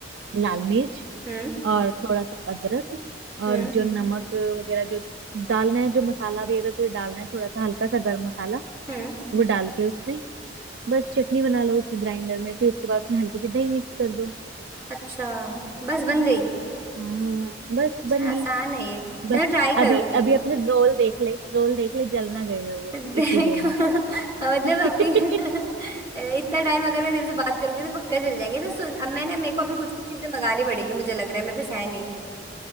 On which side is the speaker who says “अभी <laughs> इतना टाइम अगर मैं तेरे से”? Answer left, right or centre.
Right